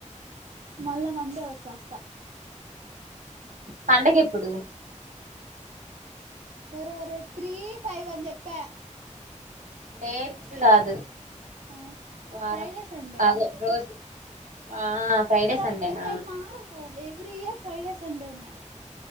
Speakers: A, on the right (about 60°); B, on the right (about 80°).
A: మళ్ళా మండే వచ్చేస్తా
B: పండగేప్పుడు
A: ఒరే ఒరే త్రీ ఫైవ్ అని చెప్పా
B: డేట్స్ కాదు
A: ఆ
B: వారం
A: ఫ్రైడే సండే
B: అదే రోజు ఆ ఫ్రైడే
A: ఫ్రై
B: సండేనా
A: ఇంకా అయి మారావు ఎవ్రీ ఇయర్ ఫ్రైడే సండేనే